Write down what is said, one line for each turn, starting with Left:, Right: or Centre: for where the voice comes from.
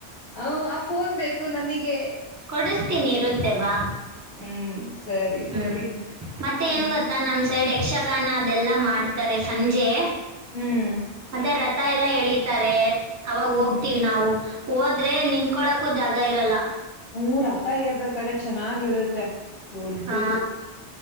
Left: ಹ್ಮ್ ಆ ಫೋನ್ ಬೇಕು ನನಗೆ
Right: ಕೊಡಿಸ್ತೀನಿ ಇರುತ್ತೆ ಬಾ
Left: ಹ್ಮ್ ಸರಿ
Right: ಹ್ಮ್
Left: ಸರಿ
Right: ಮತ್ತೆ
Left: ಹ್ಮ್
Right: ಏನ್ ಗೊತ್ತಾ ನಮ್ ಸೈಡ್ ಯಕ್ಷಗಾನ ಅದೆಲ್ಲ ಮಾಡ್ತಾರೆ ಸಂಜೆ
Left: ಹ್ಮ್
Right: ಮತ್ತೆ ರ ತ ಎಲ್ಲಾ ಎಳೀತಾರೆ ಅವಾಗ
Left: ಹ್ಮ್
Right: ಹೋಗ್ತಿವಿ ನಾವು ಹೋದ್ರೆ ನಿಂತಕೊಳಕು ಜಾಗ ಇರಲ್ಲ
Left: ಹ್ಮ್ ರತ್ತ ಏರ್ಬೇಕ್ರಾ ಚೆನ್ನಾಗಿರುತ್ತೆ ದೊಡ್ಡದು
Right: ಹಾ